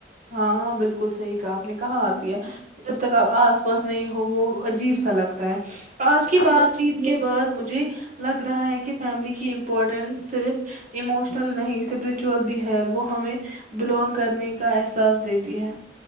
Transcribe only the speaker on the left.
ہاں
آپ
لوگ